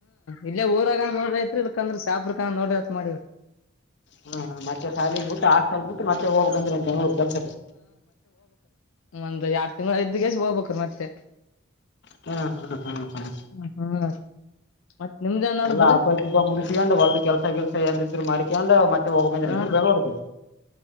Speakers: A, on the left (about 80°); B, on the left (about 60°).
A: ಇಲ್ಲ ಊರಾಗ ನೋಡ್ರಿ ಐತ್ರಿ ಇಲ್ಕಂದ್ರೆ ಸಾಪ್ರ ಕ ನೋಡತ್ ಮಾಡಿವ
B: ಹ್ಮ್ ಹ್ಮ ಮತ್ತೆ ಶಾಲಗ್ ಬಿಟ್ಟು ಆಟಲ್ ಬಿಟ್ಟು ಮತ್ತೆ ಹೋಗ್ಬೇಕಕ್ಂದ್ರೆ ಬೆಂಗ್ಳೂರ್ ಕೆಲ್ಸಕ್ಕೆ
A: ಒಂದು್ ಎರಡ್ ತಿಂಗಳು ಇದ್ದಗೆ ಹೋಗ್ಬೇಕ್ರ ಮತ್ತೆ
B: ಹ್ಮ್ ಹ್ಮ್ ಹ್ಮ್ ಹ್ಮ್
A: ಹ್ಮ ಮತ್ ನಿಮ್ದ ಏನ್ ನಡದದ್ರಿ
B: ಎಲ್ಲಾ ಹಬ್ಬಕ್ಕಿಬ್ಬ ಮುಗಿಸಿಕೊಂಡ ಹೊಲ್ದ ಕೆಲ್ಸ ಕೆಲ್ಸ ಏನಿದ್ರು ಮಾಡ್ಕೊಂಡ ಮತ್ತೆ ಹೋಗ್ಬೇಕಂದ್ರ
A: ಹಾ
B: ನಿ ಬೆಂಗ್ಳೂರ್ಗೆ